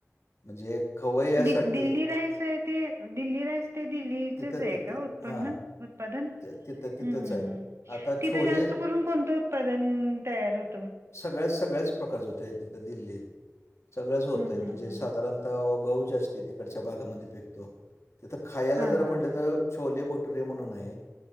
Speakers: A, on the left; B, on the right.
A: म्हणजे खवय्यासाठी
B: दि दिल्ली राईस आहे ते दिल्ली राईस ते दिल्लीचच
A: तिथं
B: आहे
A: तिथे
B: का उत्पन्न?
A: हां,
B: उत्पादन
A: तिथं तिथंच
B: ह्म्म हम्म
A: आहे.
B: हम्म
A: आता
B: तिथं
A: छोले
B: जास्त करून कोणतं उत्पादन तयार होत?
A: सगळ्या सगळ्याच प्रकारचं होतय तिथं दिल्लीत सगळंच होतय
B: हम्म
A: म्हणजे
B: हम्म हम्म
A: साधारण गहू जास्ती तिकडच्या भागामध्ये पिकतो. तिथ खायाला
B: हा
A: जर
B: हा
A: म्हटल
B: हा
A: तर छोले भटुरे म्हणून आहे.